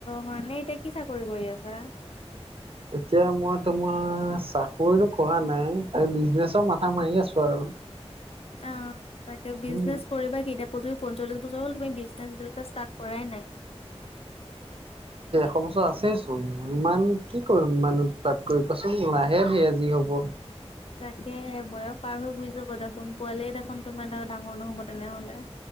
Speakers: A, on the left; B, on the right.
A: হয় নে এতিয়া কি চাকৰি কৰি আছা?
B: এতিয়া মই তোমাৰ চাকৰিতটো কৰা নাই ত বিজনেচৰ মাথা মাৰি আছো আৰু।
A: অ' তাকে বিজনেছ
B: উম
A: কৰিবা কেতিয়া প্ৰতি পঞ্চল্লিশ বছৰ ি বিজনে বি ষ্টাৰ কৰাই নাই।
B: ছ বছৰ আছেই চোন ইমান কি কৰিম মানে তাতকৈ কোৱাচোন লাহে ধিৰে জি হব।
A: তাকে বয়স পাৰ হৈ গুৈ যাব দেখোন পোৱালিয় দেখোন তোমাৰ ত ডাঙৰ নহ'ব তেনেহলে।